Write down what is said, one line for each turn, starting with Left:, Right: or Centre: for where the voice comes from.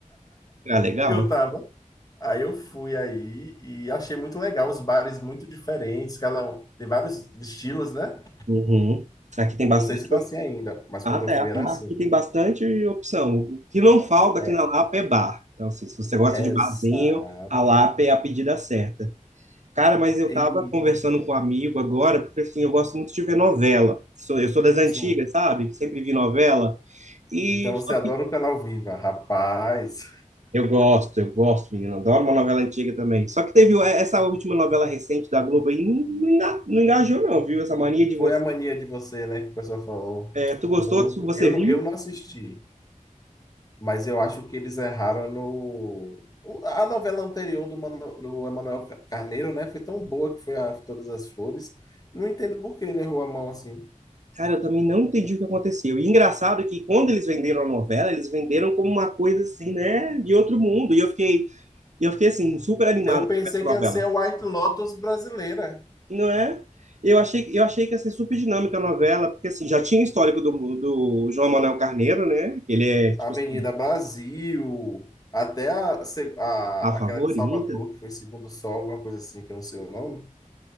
Right: ah, legal,
Left: que eu tava. Aí eu fui aí e achei muito legal, os bares muito diferentes, cada um- tem vários estilos, né?
Right: Uhum. aqui tem bastante
Left: Não sei se tá assim ainda, mas
Right: Ah,
Left: quando
Right: tá,
Left: eu fui
Right: ah, tá.
Left: era assim.
Right: Aqui tem bastante opção. O que não falta
Left: É,
Right: aqui na Lapa é bar. Então, assim, se você gosta
Left: exato.
Right: de barzinho, a Lapa é a pedida certa. Cara, mas eu
Left: E,
Right: tava conversando com um amigo agora, porque assim, eu gosto muito de ver novela. Sou- eu sou das antigas,
Left: sim.
Right: sabe? Sempre vi novela. E
Left: Então você
Right: só
Left: adora
Right: que
Left: o canal ao Vivo, rapaz.
Right: eu gosto, eu gosto, menino. Adoro uma novela antiga também. Só que teve é, essa última novela recente da Globo aí, não, não enga- não engajou, não, viu? Essa mania de
Left: Foi
Right: você.
Left: a mania de você, né, que o pessoal falou.
Right: é, tu gostou?
Left: Muito.
Right: Tu- Você
Left: Eu
Right: viu?
Left: não, eu não assisti, mas eu acho que eles erraram no. o- A novela anterior do, Mano, do Emanuel Ca- Carneiro, né, foi tão boa que foi a Todas as Flores. Não entendo por que ele errou a mão assim.
Right: Cara, eu também não entendi o que aconteceu. E engraçado que quando eles venderam a novela, eles venderam como uma coisa assim, né, de outro mundo. E eu fiquei, e eu fiquei assim, super animado
Left: Eu pensei
Right: para ver essa novela.
Left: que ia ser a White Lotus brasileira.
Right: Não é? Eu achei, eu achei que ia ser super dinâmica a novela, porque assim, já tinha o histórico do, do João Manuel Carneiro, né? Que ele é, tipo
Left: Avenida
Right: assim,
Left: Brasil, até a, se- a-
Right: a favorita,
Left: aquela de Salvador, que foi Segundo Sol, alguma coisa assim, que eu não sei o nome.